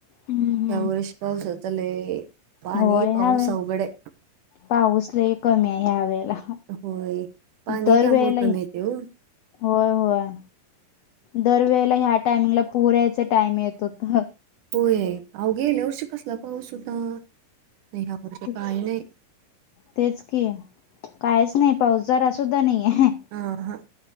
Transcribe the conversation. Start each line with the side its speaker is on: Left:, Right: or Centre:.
Left: हम्म, हम्म.
Right: ह्या वळेस पावसाचा लय पाणी
Left: होय,
Right: पाऊस
Left: ह्यावेळी
Right: अवघड आहे
Left: पाऊस लय कमी हाय ह्या वेळेला.
Right: होय, पाणी
Left: दर
Right: त्यामुळं
Left: वेळेला
Right: कमी येतय ओ.
Left: होय होय. दरवेळेला ह्या, टायमिंगला पुर यायच टाइम येत होत.
Right: होय. ह गेल्या वर्षी कसला पाऊस होता. आणि ह्या वर्षी
Left: तेच
Right: काही नाही.
Left: तेच की. कायच नाही पाऊस. जरा सुद्धा नाही आहे.
Right: हा हा